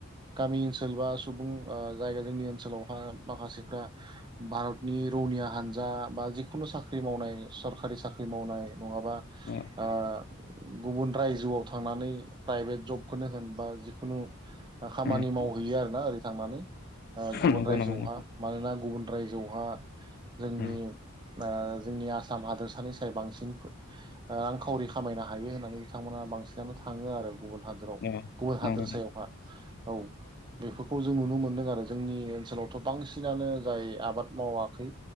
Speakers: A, on the right; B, on the left.
A: गामि ओनसोल बा सुबुं जायगा जोंनि ओन सोलावहा माखासेफ्रा भारत निरौनि हानजा बा जिखुनु साख्रि मावनाय सरखारि साख्रि मावनाय। नङाबा
B: औ
A: ओ गुबुन रायजोआव थांनानै प्राइभेट जबखौनो होन बा जिकुनु खामानि
B: उम
A: मावहैयो आरो ना ओरै थांनानै। गुबुन
B: नंगौ
A: रायजोआवहा
B: नंगौ नंगौ
A: मानोना गुबुन रायजोहा जोंनि
B: उम
A: ओ जोंनि आसाम हादोरसानि साय बांसिन रांखावरि खामायनो हायो होननानै बिथांमोना बांसिनानो थाङो आरो गुबुन हादोराव
B: औ
A: गुबुन हादोर
B: नंगौ
A: सायावहा
B: नंगौ
A: औ बे खौ जों नुनो मोनदों आरो जोंनि ओनसोलावथ' बांसिनानो जाय आबाद मावाखै